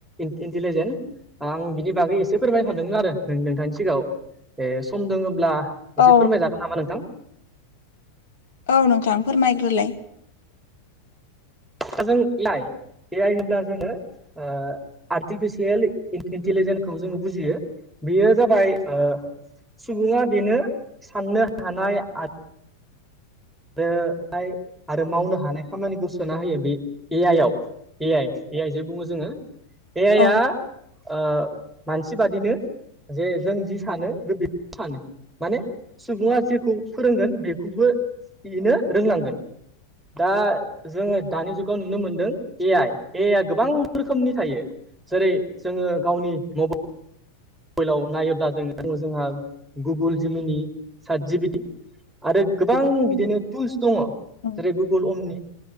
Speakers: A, in the centre; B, on the left (about 55°).
A: इन्टिलिजेन्स आं बिनि बागै एसे फोरमायनो सानदोंमोन आरो नोंथांनि सिगाङाव ए सम दोङब्ला?
B: औ
A: एसे फोरमायजागोन नामा नोंथां।
B: औ नोंथांफोर माइग्रोलाय
A: दा जों एइ आइ एइ आइ जोङो ओ आर्टिफिसियेल इन्टिलिजेन्खौ जोङो बुजियो बेयो जाबाय ओ सुबुङा बेनो साननो हानाय आरो आरो हायो आरो मावनो हानाय खामानिखौ सोना होयो बे एइ आइ आव एइ आइ एइ आइ जे बुजोङो एइ आइ
B: औ
A: आ ओ मानसि बादिनो जे जों जि सानो बे बेखौ सानो माने सुबुङा जेखौ फोरोंगोन बेखौबो इनो रोंलांगोन दा जोङो दानि जुगाव नुनो मोनदों ए आइ ए आइ आ गोबां रोखोमनि थायो। जेरै जोङो गावनि मबाइल माइलाव नायोब्ला जोङो जोंहा गुगोल जिमिनि सात जिबिटि आरो गोबां बिदिनो टुल्स दङ
B: औ
A: जेरै गुगोल अननि